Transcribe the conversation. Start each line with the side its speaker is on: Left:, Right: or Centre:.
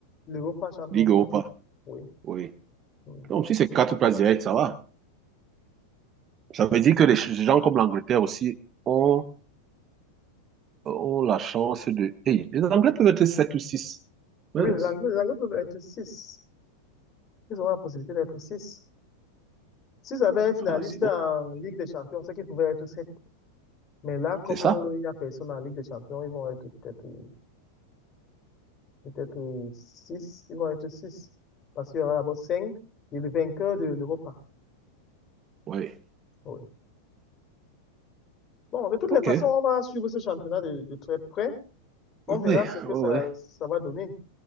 Left: l'Europa Champions
Right: Ligue Europa.
Left: League. Oui.
Right: Oui.
Left: Oui,
Right: Donc si c'est quatre places directes, ça va. Ça veut dire que les ch- gens comme l'Angleterre aussi ont, ont la chance de. Hey, les Anglais peuvent être sept ou six. Mince.
Left: Oui, les Anglais, les Anglais peuvent être six. Ils auront la possibilité d'être six. S'ils avaient un finaliste
Right: Ah, c'est bon.
Left: en Ligue des Champions, c'est qu'ils pouvaient être sept. Mais là, comme
Right: C'est ça?
Left: euh, il y a personne en Ligue des Champions, ils vont être peut-être euh, peut-être euh, six. Ils vont être six. Parce qu'il y aura d'abord cinq et le vainqueur de l'Europa.
Right: Oui.
Left: Ouais. Bon, de toutes
Right: OK.
Left: les façons,
Right: Oui,
Left: on va suivre ce championnat de, de très près. On
Right: oui,
Left: verra ce que
Right: oui.
Left: ça, ça va donner.